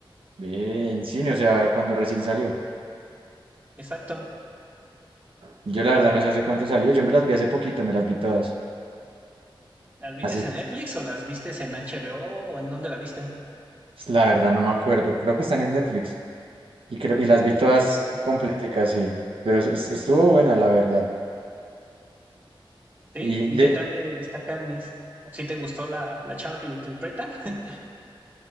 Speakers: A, on the right (about 75°); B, on the right (about 20°).
A: Ve, En cine, o sea, cuando recién salió.
B: Exacto.
A: Yo la verdad no sé hace cuánto salió. Yo me las vi hace poquito, me las vi todas.
B: ¿Las viste
A: Hace,
B: en Netflix o las viste en HBO o o en dónde la viste?
A: la verdad no me acuerdo. Creo que están en Netflix. Y creo, y las vi todas
B: Creo que sí.
A: completicas, sí. Pero es- es- estuvo buena, la verdad.
B: ¿Sí?
A: Y
B: ¿Y
A: de,
B: qué tal eh, está Katniss? ¿Sí te gustó la, la chava que lo interpreta? <laughs>